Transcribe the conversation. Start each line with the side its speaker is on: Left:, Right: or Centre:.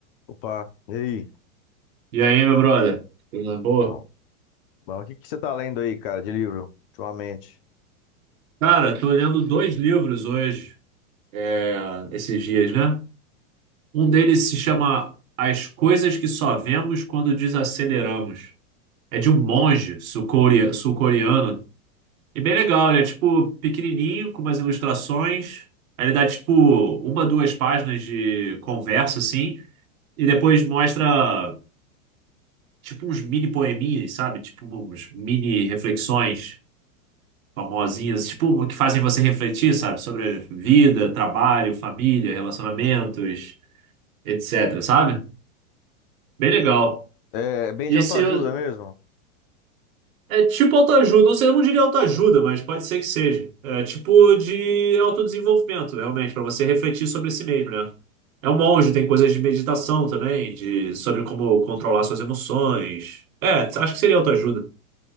Left: Opa, e aí?
Right: E aí, meu brother? Tudo na boa?
Left: Bom, bom, o que que você tá lendo aí, cara, de livro, ultimamente?
Right: Cara, tô lendo dois livros hoje, é, esses dias, né? Um deles se chama As Coisas que Só Vemos Quando Desaceleramos. É de um monge sul-core- sul-coreano. E bem legal, ele é tipo pequenininho, com umas ilustrações. Aí ele dá tipo uma, duas páginas de conversa, assim. E depois mostra tipo uns mini poeminhas, sabe? Tipo uns mini reflexões famosinhas, tipo, que fazem você refletir, sabe? Sobre vida, trabalho, família, relacionamentos, etc, sabe? Bem legal.
Left: É bem
Right: E
Left: de autoajuda
Right: se eu-
Left: mesmo?
Right: É tipo autoajuda, ou seja, eu não diria autoajuda, mas pode ser que seja. É tipo de autodesenvolvimento, realmente, para você refletir sobre si mesmo, né? É um monge, tem coisas de meditação também, de sobre como controlar suas emoções. É, acho que seria autoajuda.